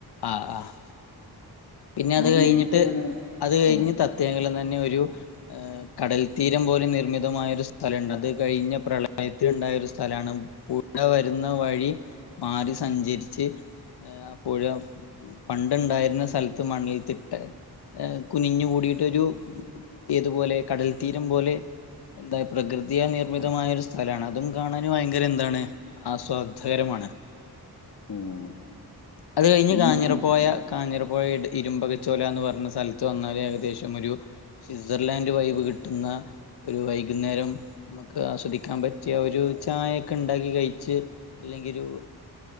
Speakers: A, on the left; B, on the left.
A: ആഹ് ആഹ് പിന്നെ
B: ഞാൻ
A: അത് കഴിഞ്ഞിട്ട്
B: ഇപ്പ ഇങ്ങനെ
A: അത് കഴിഞ്ഞ്
B: ആഹ്
A: ത തേങ്ങലേന്ന് തന്നെ ഒരു ഏഹ് കടൽത്തീരം പോലെ നിർമ്മിതമായ ഒരു സ്ഥലം ഉണ്ട് അത് കഴിഞ്ഞ് പ്രളയത്തിൽ ഉണ്ടായ ഒരു സ്ഥലമാണ് പുഴ വരുന്ന വഴി മാറി സഞ്ചരിച്ച് ആഹ് പുഴ പണ്ട് ഉണ്ടായിരുന്ന സ്ഥലത്ത് മണ്ണിൽ <unintelligible> ഏഹ് കുനിഞ്ഞു കൂടിയിട്ടൊരു ഏതുപോലെ കടൽത്തീരം പോലെ എന്താ പ്രകൃതിയ നിർമ്മിതമായ ഒരു സ്ഥലമാണ് അതും കാണാൻ ഭയങ്കര എന്താണ് ആസ്വാദകരമാണ്
B: ആഹ്
A: അത് കഴിഞ്ഞ് കാഞ്ഞിരപ്പോയ
B: ഈ സം
A: കാഞ്ഞിരപ്പൊഴ ഇട് ഇരുമ്പകച്ചോലാന്ന് പറഞ്ഞ സ്ഥലത്ത് വന്നാല് ഏകദേശം ഒരു സ്വിറ്റ്സർലാൻഡ് വൈബ് കിട്ടുന്ന ഒരു വൈകുന്നേരം നമ്മുക്ക് ആസ്വദിക്കാൻ പറ്റിയ ഒരു ചായക്കെ ഉണ്ടാക്കി കഴിച്ച് അല്ലങ്കി ഒരു